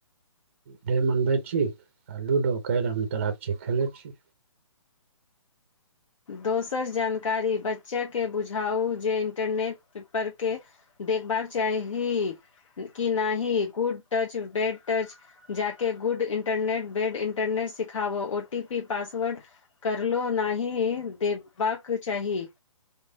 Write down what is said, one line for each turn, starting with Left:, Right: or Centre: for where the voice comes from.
Right: डे मनबै छी आ लूडो कैरम अन्तराक्षी खेलै छी
Left: दोसर जानकारी बच्चा के बुझाउ जे इंटरनेट पेपर के देखबाक चाही की नहि ही गुड टच बेैड टच जाके गुड इंटरनेट बेैड इंटरनेट सिखाबो ओ टी पी पासवर्ड कर लो नहि देबाक चाही